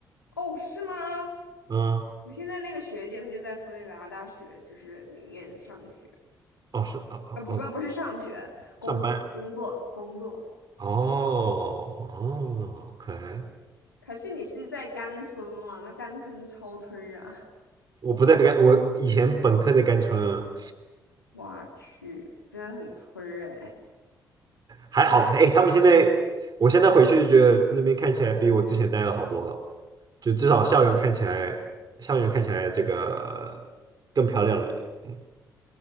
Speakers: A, on the left; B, on the right.
A: 哦，是吗？
B: 嗯，
A: 我现在那个学姐她就在佛罗里达大学，就是里面上学，
B: 哦是哦哦哦，
A: 啊不不不是上学，工作工作工作。
B: 上班啊哦哦，OK。
A: 可是你是在甘村吗？那甘村超村儿啊！
B: 我不在甘，我以前本科在甘春啊。
A: 我去，真的很村儿哎
B: 还好，哎，他们现在，我现在回去觉得那边看起来比我之前待的好多了，就至少校园看起来，校园看起来这个更漂亮了一点。嗯，